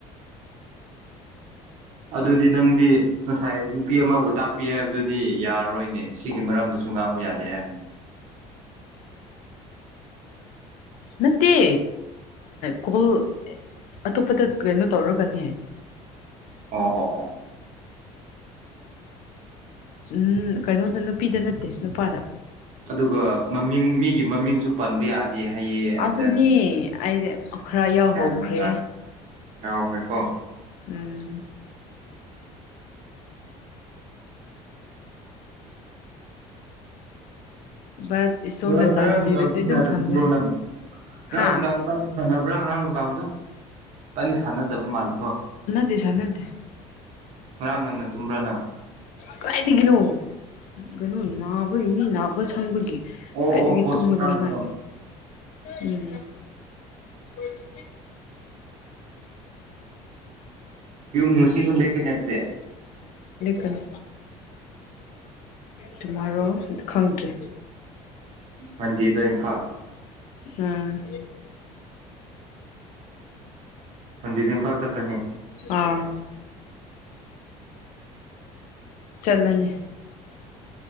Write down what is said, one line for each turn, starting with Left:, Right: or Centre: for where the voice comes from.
Right: ꯑꯗꯨꯗꯤ ꯅꯪꯗꯤ ꯉꯁꯥꯏ ꯅꯨꯄꯤ ꯑꯃꯕꯨ ꯇꯥꯛꯄꯤ ꯍꯥꯏꯕꯗꯨꯗꯤ ꯌꯥꯔꯔꯣꯏꯅꯦ ꯁꯤꯒꯤ ꯃꯔꯝꯗꯁꯨ ꯉꯥꯡꯕ ꯌꯥꯗꯦ ꯍꯥꯏꯕꯅꯦ
Left: ꯅꯥꯇꯦ ꯀꯜꯂ ꯑꯇꯣꯞꯄꯗ ꯀꯩꯅꯣ ꯇꯧꯔꯒꯅꯦ
Right: ꯑꯣ ꯑꯣ ꯑꯣ
Left: ꯎ ꯀꯩꯅꯣꯗ ꯅꯨꯄꯤꯗ ꯅꯠꯇꯦ ꯅꯨꯄꯥꯗ
Right: ꯑꯗꯨꯒ ꯃꯃꯤꯡ ꯃꯤꯒꯤ ꯃꯃꯤꯡꯁꯨ ꯄꯟꯕ ꯌꯥꯗꯦ ꯑꯦ ꯍꯥꯏꯌꯦ ꯑꯦꯟꯗꯟ
Left: ꯑꯗꯨꯅꯦ ꯑꯩ ꯈꯔ ꯌꯥꯎꯍꯧꯈ꯭ꯔꯦ
Right: ꯀꯅꯨꯡ ꯌꯥꯎ ꯍꯣꯏ ꯀꯣ
Left: ꯎꯝ ꯕꯠ ꯏꯁꯣꯔꯅ
Right: ꯎꯥꯡꯗ
Left: ꯆꯥꯟꯕꯤꯔꯗꯤ
Right: ꯀ
Left: ꯑꯗꯨꯝ
Right: ꯍꯥꯏ
Left: ꯐꯪꯒꯅꯤ
Right: ꯊꯕꯣ ꯅꯪꯗ
Left: ꯍꯥ
Right: ꯏꯕꯥ ꯁꯥꯟꯅꯕ꯭ꯔꯥ ꯉꯔꯥꯡ ꯅꯨꯡꯗꯥꯡꯗꯣ ꯀꯅꯤ ꯁꯥꯟꯅꯗꯕ ꯃꯥꯜꯂꯤꯦꯀꯣ
Left: ꯠꯇꯇꯩꯁꯅ ꯑꯗꯤ
Right: ꯉꯔꯥꯡ ꯉꯟꯅ ꯇꯨꯝꯕ꯭ꯔꯥ ꯅꯪ
Left: ꯀꯗꯥꯥꯏꯗꯒꯤꯅꯣ ꯀꯩꯅꯣ ꯅꯥꯕꯒꯤ ꯃꯤ ꯅꯥꯕ ꯁꯪꯕꯒꯤ
Right: ꯑꯣ
Left: ꯗꯒꯤ
Right: ꯑꯣ ꯍꯣꯁꯄꯤꯇꯥꯜꯗꯀꯣ
Left: ꯇꯨꯝꯃ ꯑꯗꯨꯂꯦ ꯎꯝ ꯀꯣꯏꯁꯤ
Right: ꯌ ꯃꯨꯁꯤꯂꯦꯅꯦꯠꯇꯗꯦ
Left: ꯀꯅꯤ ꯇꯨꯃꯥꯔꯣ ꯈꯪꯗ꯭ꯔꯤ
Right: ꯃꯟꯗꯤꯗ ꯏꯝꯐꯥꯜ
Left: ꯎꯝ
Right: ꯟꯗꯤꯕꯤꯡ ꯀꯥꯎ ꯆꯠꯈ꯭ꯔꯅꯤ
Left: ꯑꯥ
Right: <inaudible>
Left: ꯆꯂꯅꯦ